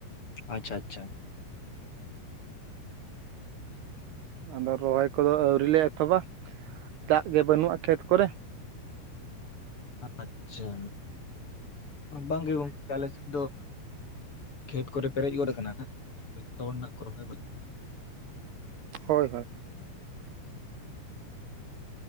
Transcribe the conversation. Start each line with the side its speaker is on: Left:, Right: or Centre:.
Left: ᱟᱪᱪᱷᱟ ᱟᱪᱪᱷᱟ᱾
Right: ᱟᱫᱚ ᱨᱚᱦᱚᱭ ᱠᱚᱫᱚ ᱟᱹᱣᱨᱤ ᱞᱮ ᱮᱛᱦᱚᱵᱟ ᱫᱟᱜ ᱜᱮ ᱵᱟᱹᱱᱩᱜᱼᱟ ᱠᱷᱮᱛ ᱠᱚᱨᱮ᱾
Left: ᱟᱪᱪᱷᱟ᱾ ᱵᱟᱝᱜᱮ ᱜᱚᱝᱠᱮ ᱟᱞᱮ ᱥᱮᱱ ᱫᱚ ᱠᱷᱮᱛ ᱠᱚᱨᱮ ᱯᱮᱨᱮᱡ ᱜᱚᱫ ᱠᱟᱱᱟ ᱦᱟᱸᱜ ᱾ ᱡᱚᱛᱚ ᱦᱚᱲ ᱱᱟᱜ ᱠᱚ ᱨᱚᱦᱚᱭ ᱜᱚᱫ ᱫᱟ,
Right: ᱦᱳᱭ ᱦᱳᱭ᱾